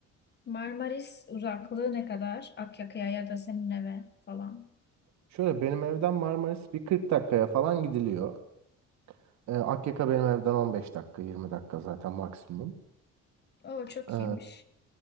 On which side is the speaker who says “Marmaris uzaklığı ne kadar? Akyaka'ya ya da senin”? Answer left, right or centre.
Left